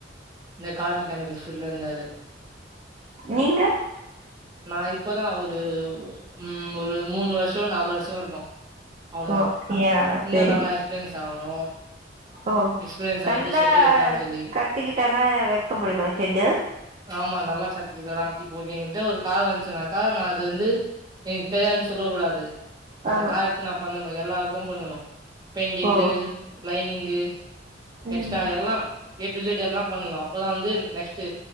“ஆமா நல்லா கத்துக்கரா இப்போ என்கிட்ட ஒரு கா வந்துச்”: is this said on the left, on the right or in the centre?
Right